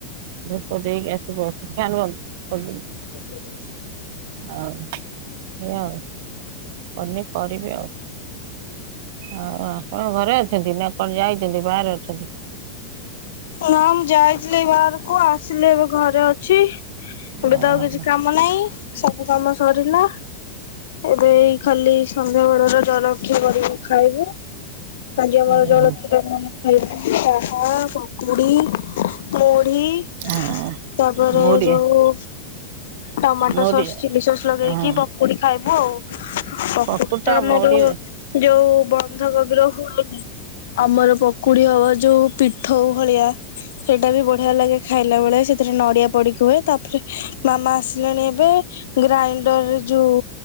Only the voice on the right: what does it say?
ଧୂପ ଦେଇ ଆସି ବସିଛି
ଆଉ ଏଇଉ କନି କରିବି ଆଉ ଆଉ ଆପଣ ଘରେ ଅଛନ୍ତି ନା କଣ ଯାଇଛନ୍ତି ବାହାରେ ଅଛନ୍ତି
ଓହୋ
ହଁ
ହଁ
ହଁ ମୁଁ ଟିକେ
ମୁଁ
ଟିକେ
ହଁ
ପକୁଡିଟା
ମୋରି